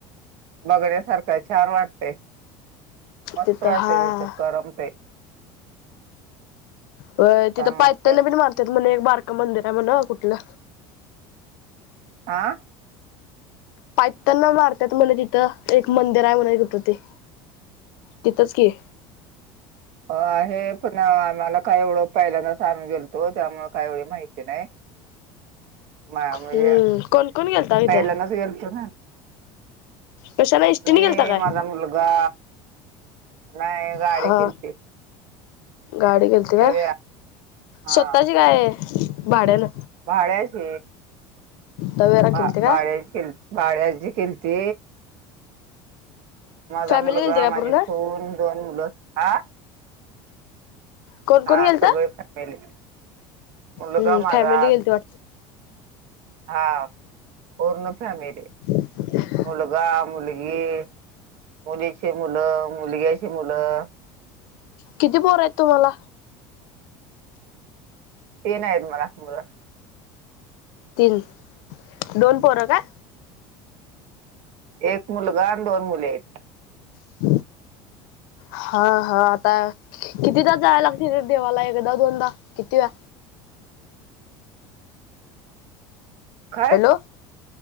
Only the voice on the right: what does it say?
बघण्यासारख आहे, छान वाटतंय. मस्त
वाटतंय
तिथं करमतय.
वाटते
आं
आहे पण आम्हाला काही एवढं पहिल्यांदाच आम्ही गेलतो, त्यामुळे काही एवढी माहिती नाही. नाही
म्हणजे
पहील्यांदाच गेलतो ना.
मी,
माझा मुलगा, नाही गाडी
केलती.
तवेरा हा
भाड्याची,
भाड्याची
केलती. भाड्याची केलती. माझा
मुलगा,
माझी सून, दोन मुलं आं?
हां
सगळी फॅमिली, मुलगा
माझा
हां पूर्ण फॅमिली.
मुलगा, मुलगी मुलीची मुलं, मुलग्याची मुलं
तीन आयत मला मुल.
एक मुलगा अन् दोन मुली आयत.
काय